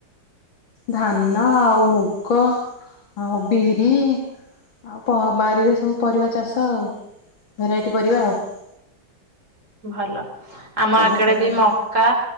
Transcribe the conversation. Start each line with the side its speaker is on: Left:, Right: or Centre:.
Left: ଧାନ ଆଉ ମୁଗ ଆଉ ବିରି, ଆଉ ବାରିରେ ସବୁ ପରିବା ଚାଷ ଆଉ ଭେରାଇଟି ପରିବା ଆଉ
Right: ଭଲ ଆମ
Left: ସବୁ
Right: ଆଖେଡେ
Left: ପ୍ରକାର
Right: ବି ମକା